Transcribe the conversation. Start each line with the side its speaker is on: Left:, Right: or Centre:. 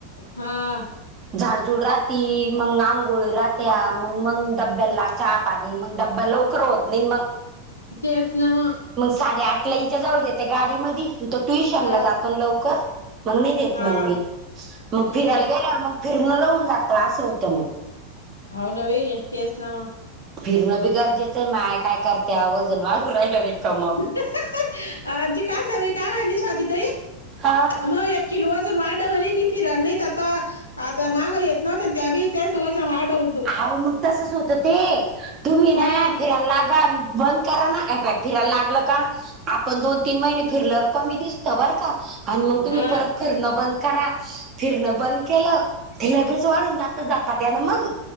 Left: हा.
Right: झाडझुड राहती मग आंघोळी राहत्या मग मग डब्या ला का पाणी मग डब्बा लवकर होत नाही मग
Left: ते असनामा
Right: मग साडे आठला याच्या जवळ येते गाडी मध तो ट्युशनला
Left: हा.
Right: जातन लवकर मग नाही देत
Left: हा.
Right: मग मी मग
Left: हम्म.
Right: फिरायला गेला मग फिरण लाऊन जात असं होतं मग
Left: होा नव अखतस नामा
Right: फिरणं बी गरजेचं आहे माय काय करते वजन वाढवू राहिला र कमग.
Left: अ ती कासा काय माहि स्वाती ताई आहे.
Right: हा.
Left: मग या किलो वाचजर मालडव नाही मी फिराला नाहीत आता आता माग येत नव्हत त्या बी त्या स वच्या वाढवत.
Right: अह मग तसच होत ते तुम्ही
Left: हा.
Right: ना फिरायला लागा. बंद करा ना हे पाय फिरायला लागलं का? आपण दोन तीन महिने फिरल र कमी दिसत बरं का आणि मग तुम्ही
Left: हा.
Right: परत फिरणं बंद करा फिरणं बंद केलं ते लगेच वाढून जात झपाट्यानं मग.